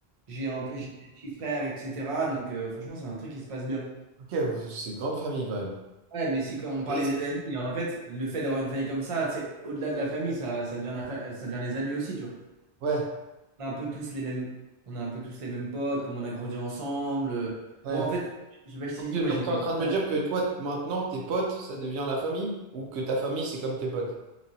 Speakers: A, on the right; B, on the right.
A: j'ai un peu, j'ai des petits frères, etc. Donc euh, franchement, c'est un truc qui se passe bien.
B: ok, vous- c'est grande famille quand même.
A: Ouais, mais c'est quand on parlait
B: Et-
A: des amis, et en fait, le fait d'avoir une famille comme ça, c'est au-delà de la famille, ça, ça devient la fa- ça devient les amis aussi, tu vois.
B: Ouais,
A: On a un peu tous les mêmes, on a un peu tous les mêmes potes, comme on a grandi ensemble.
B: ouais.
A: Moi, en fait, je sais pas si
B: Donc,
A: tu dis,
B: t'es-
A: moi
B: donc,
A: j'ai
B: t'es
A: fait
B: en
A: pas
B: train de me
A: mal.
B: dire que toi, t- maintenant, tes potes, ça devient la famille? Ou que ta famille, c'est comme tes potes?